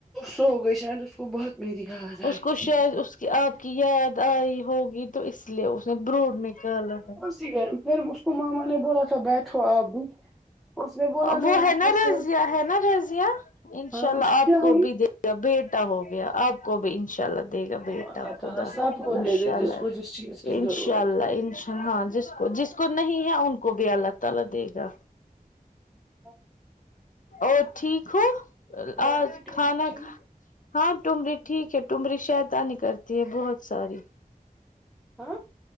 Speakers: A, in the centre; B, on the left.
A: سوگئی شاید اس کو بہت میری یاد
B: اس
A: آئی
B: کو
A: تھی
B: شاید اس کی آپ کی یاد آئی ہوگی تو اس لیے اس نے بروڈ نکالا تھا
A: اتی گرمی پھر اس کو مما نے بولا تھا بیٹھو آپ اس نے بولا
B: وہ
A: نہیں
B: ہے
A: میں
B: نا
A: ایسے
B: رضیہ ہے نا رضیہ انشاء
A: ہاں
B: اللہ
A: اس کیا
B: آپ کو
A: ہوں
B: بھی دے بیٹا ہو گیا آپ کو بھی انشاء اللہ دے گا
A: چلو
B: بیٹا
A: اللہ
B: خدا
A: تعالی سب کو
B: انشاء
A: دے دے
B: اللہ
A: جس کو جس چیز کی
B: انشاء
A: ضرورت
B: اللہ
A: ہو
B: انش ہاں جس کو جس کو نہیں ہے ان کو بھی اللہ تعالی دے گا
A: <unintelligible>
B: آپ ٹھیک ہو
A: اور
B: آج
A: آپ کی ٹمری
B: کھانا
A: ٹھیک
B: کھا ہاں ٹمری ٹھیک ہے ٹمری شیطانی کرتی ہے بہت ساری
A: ہاں